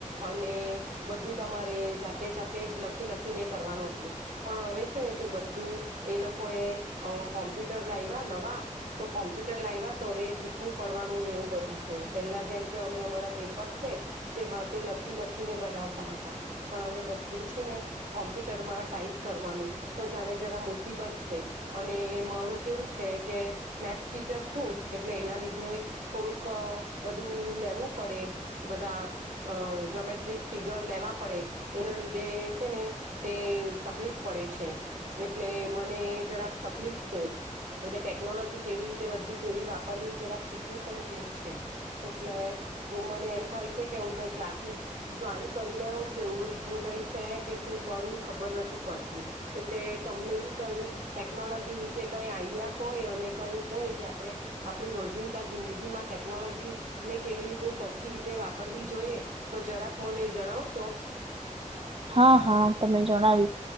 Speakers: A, on the right; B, on the right.
A: અને બધું તમારે જાતે જાતે જ લખી લખીને કરવાનું હતું પણ હવે છે ને તે બધું એ લોકોએ અ કોમ્પ્યુટર લાઈવા નવા તો કોમ્પ્યુટર લાયવા તો હવે શીખવું પડવાનું ને એવું બધું છે. પેલા જેમ કે અમે અમારા પેપર છે તે હાતે લખી લખીને બનાવતા હતા પણ હવે બધું છે ને કોમ્પ્યુટરમાં ટાઈપ કરવાનું તો જાણે જરા મુસીબત છે અને મારું કેવું છે કે મેથ્સ ટીચર છું, એટલે એના લીધે થોડુંક બધું લેવું પડે બધા અ જોમેટ્રિક ફિગર લેવા પડે એના લીધે છે ને તે તકલીફ પડે છે. એટલે મને જરાક તકલીફ છે. એટલે ટેકનોલોજી કેવી રીતે બધી કેવી વાપરવી જરાક શીખવું પડે તેવું છે. એટલે મને એમ થાય છે કે હું કઈ ક્લાસીસ જોઈન કરી લેઉ કેવું રીતનું કઈ છે કે શું કરું ખબર નથી પડતી એટલે તમને બી કઈ ટેકનોલોજી વિશે કઈ આઈડિયા હોય અને કઈ હોય કે આપણે આપણી રોજિંદા જિંદગીમાં ટેકનોલોજી ને કેવી રીતે સરખી રીતે વાપરવી જોઈએ તો જરાક મને જણાવશો.
B: હા હા, તમે જણાવીશ,